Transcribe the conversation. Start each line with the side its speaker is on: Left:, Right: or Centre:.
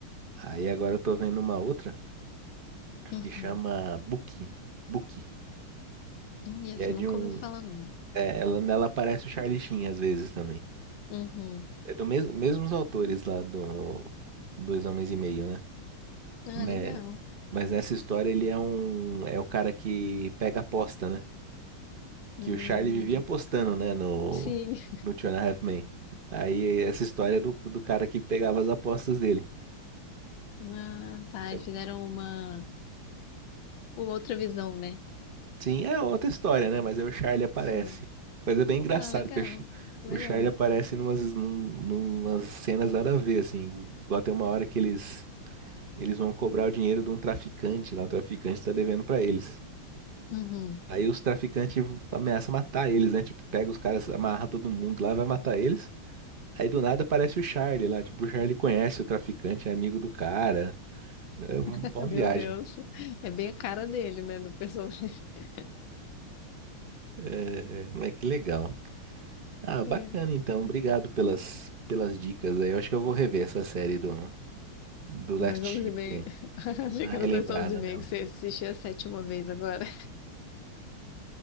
Right: Aí agora eu tô vendo uma outra
Left: Uhum.
Right: que chama Buki. Buki.
Left: Hum, Isso,
Right: Que é de
Left: nunca
Right: um.
Left: ouvi falar, não.
Right: É, ela, nela aparece o Charlie Sheen às vezes também.
Left: Uhum.
Right: É do mes, mesmos autores lá do Dois Homens e Meio, né?
Left: Ah,
Right: Mas,
Left: legal.
Right: mas nessa história ele é um. É o cara que pega aposta, né?
Left: Hum,
Right: que o Charlie vivia apostando, né, no,
Left: sim. <laughs>
Right: no Two and a Half Men. Aí essa história do, do cara que pegava as apostas dele.
Left: Ah, tá.
Right: É,
Left: E fizeram uma, uma outra visão, né?
Right: Sim, é outra história, né? Mas aí o Charlie aparece.
Left: Sim.
Right: Mas é bem engraçado
Left: Ah, legal.
Right: que o, Ch-
Left: Legal.
Right: o Charlie aparece numas, num- numas cenas nada a ver, assim. Igual tem uma hora que eles, eles vão cobrar o dinheiro de um traficante lá. O traficante tá devendo pra eles.
Left: Uhum.
Right: Aí os traficantes ameaçam matar eles, né? Tipo, pega os caras, amarra todo mundo lá, vai matar eles. Aí do nada aparece o Charlie lá. Tipo, o Charlie conhece o traficante, é amigo do cara. É uma
Left: <laughs>
Right: boa viagem.
Left: Meu Deus. É bem a cara dele, né? Do personagem. <laughs>
Right: É, mas que legal. Ah,
Left: É.
Right: bacana então. Obrigado pelas, pelas dicas aí. Eu acho que eu vou rever essa série do, do Last
Left: Dois homens
Right: Ship,
Left: e meio.
Right: hein?
Left: <laughs>
Right: Vou
Left: Achei
Right: dar uma
Left: que
Right: relembrada
Left: era dois homens e meio
Right: nela.
Left: que você assistia a sétima vez agora.